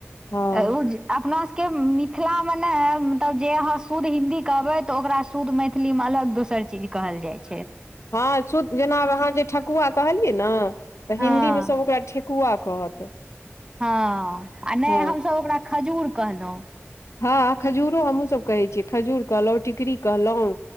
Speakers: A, on the left; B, on the right.
A: हँ
B: ओ अपनासभके मिथिलामे ने मतलब जे अहाँ शुद्ध हिन्दी कहबै तऽ ओकरा शुद्ध मैथिली मे अलग दोसर चीज कहल जाइ छै।
A: हँ। जेना अहाँ जे ठकुआ कहलियै ने तऽ
B: हँ
A: हिंन्दीमे सभ ओकरा ठेकुआ कहत।
B: हँ आ नहि
A: हँ
B: हमसभ ओकरा खजूर कहलहुँ।
A: हँ खजूरो हमहूँसभ कहै छियै खजूर कहलहुँ टिकड़ी कहलहुँ।